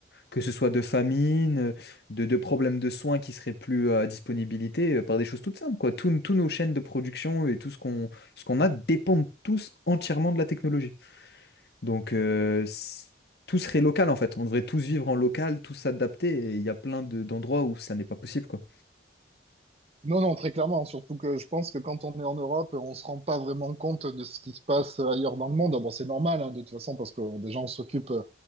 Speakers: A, on the left; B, on the right.
A: Que ce soit de famine, euh, de, de problèmes de soins qui seraient plus à disponibilité, euh, par des choses toutes simples, quoi. Tous tous nos chaînes de production et tout ce qu'on ce qu'on a dépendent tous entièrement de la technologie. Donc, euh, c- tout serait local en fait. On devrait tous vivre en local, tous s'adapter. Et il y a plein de- d'endroits où ça n'est pas possible, quoi.
B: Non, non, très clairement. hein, Surtout que je pense que quand on est en Europe, on se rend pas vraiment compte de ce qui se passe ailleurs dans le monde. Ah Bon, c'est normal, hein, de toute façon, parce que euh, déjà, on s'occupe euh, de